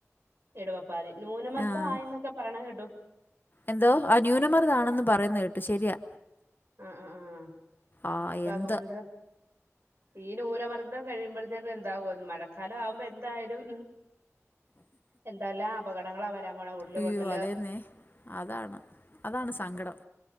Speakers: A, on the right; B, on the left.
A: ഇടവപ്പാതി, നൂനമർദ്ദം
B: ആഹ്
A: ആയീന്നൊക്കെ പറണെ കേട്ടു
B: എന്തോ ആ ന്യൂനമർദ്ദാണെന്ന് പറയുന്ന കേട്ടു ശെരിയാ
A: ആഹ് ആഹ് ആഹ്
B: ആഹ്
A: ഇനിയിപ്പതുകൊണ്ട്
B: എന്ത്
A: ഈ നൂനമർദ്ദം കഴിയുമ്പഴത്തേക്ക് എന്താവൊന്ന് മഴ ക്കാലവാകുമ്പ എന്തായാലും എന്തെല്ലാം അപകടങ്ങളാ വരാൻ പോണെ, ഉരുള്
B: അയ്യോ
A: പൊട്ടല്
B: അതേന്നെ അതാണ് അതാണ് സങ്കടം
A: ആഹ്